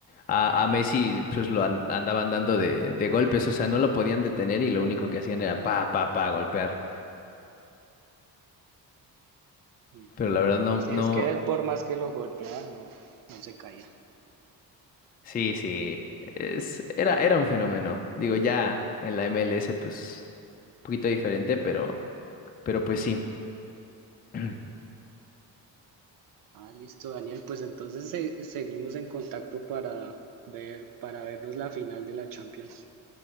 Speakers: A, on the left; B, on the right.
A: A, a Messi pues lo an- andaban dando de, de golpes, o sea, no lo podían detener y lo único que hacían era pa, pa, pa, golpear.
B: Ujú.
A: Pero la verdad no,
B: Si
A: no,
B: es que él por más que lo golpean no, no se caía.
A: Sí, sí. Es, era, era un fenómeno. Digo, ya en la MLS, pues, un poquito diferente, pero, pero pues sí. <clears throat>
B: Ah, listo, Daniel. Pues entonces se- seguimos en contacto para ver, para vernos la final de la Champions.